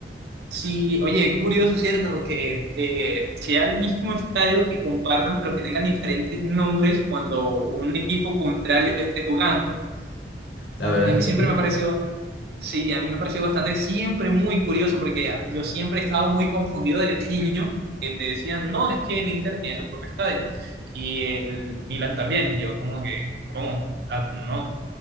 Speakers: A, on the right; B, on the left.
A: Sí, oye, qué curioso, ¿cierto? Que eh, sea el mismo estadio que compartan, pero que tengan diferentes nombres cuando un equipo contrario esté jugando.
B: La
A: Mm,
B: verdad
A: A
B: es
A: mí
B: que
A: siempre
B: sí.
A: me ha parecido, sí, a mí me ha parecido bastante, siempre muy curioso, porque ah, yo siempre he estado muy confundido desde niño, que me decían, no, es que el Inter tiene su propio estadio, y el Milan también, y yo como que, ¿cómo? O sea, no.